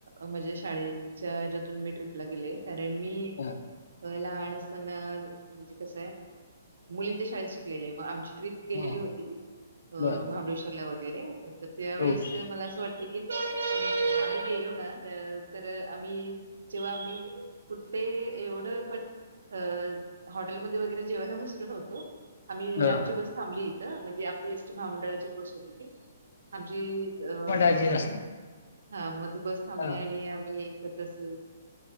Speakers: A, on the right; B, on the left.
A: म्हझज्या शाळेच्या हच्यातून मी ट्रिप गेलं कारण मी
B: हं.
A: व मा म्हणजे कसय मुलींच्या शाळेत शिकलेले आहे आम टप गेलेली
B: हं.
A: होती महाबळेश्वरला
B: बर
A: वगैरे तर त्यावेळेस
B: ओके
A: मला वाटते की आम्ही गेलो ना तर आम्ही जेव्हा आम्ही कुठते एवढं पण अ हॉटेलमध्ये वगैरे जेवायला बसल नव्हतो आम्ही
B: हं.
A: आमची बस थांबली इथं म्हणजे आपली एसटी महामंडळाचीच बस होती ती आमची अ ब
B: <inaudible>
A: हा मध्ये बस थांबली
B: हं.
A: आणि आम्ही एकत तस